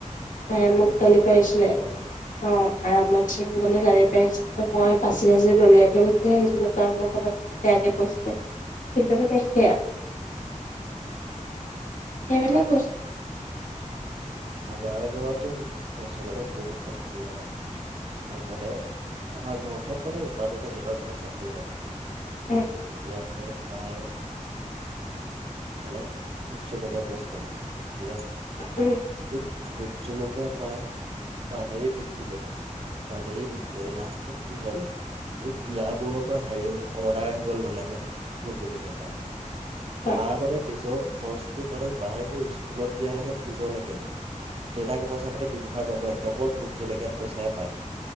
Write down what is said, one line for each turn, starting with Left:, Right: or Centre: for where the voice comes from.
Left: মায়ে মোক
Right: সেই গছজোপাই
Left: গালি পাইচিলে
Right: কষ্ট পায় ন
Left: অ', আৰামত চিম বুলি <unintelligible> জানি পাইছিলো মই পাচি সাঁচি দলিয়া থৈ গুচি আছিলোঁ! সেই কাৰণ মোক অলপ বেয়াকে কৈছিলে কিন্তু মানে সেয়া সেইবিলাক বস্তু
Right: আমাৰ ঘৰতো গছৰ লগত বহুত কথ কি জানা আগতে আমাৰ ঘৰখন মানে ইমান এটা উ, যেতিয়া চাকৰিত আছিলে তেতিয়া
Left: উম
Right: মানে মায় খালে ভুতজলকীয়া গছ লগাইছিলে ঠিক আছে।
Left: উম উম
Right: উ, ভুত জলকীয়া পায় মানেই বিকিলে বা <unintelligible> বিকিৰে নাচ্ত ত কি হ'ল, এই বিয়াবোৰৰ পৰা হাৰৰি আহিব অৰ্ডাৰ আহিব নলাগে আৰু বহুত জলকীয়াৰ কাৰণে,
Left: বা
Right: মাৰ মতে নিজক খৰচটো মানে মায়ে বোৰ স্কুলত দিয়া লেকে ফিজলৈকে দেতাকে পইচা পাতে ব্যৱহাৰ নকৰে কেৱল ভোত জলেকীয়া পইচায় পায়।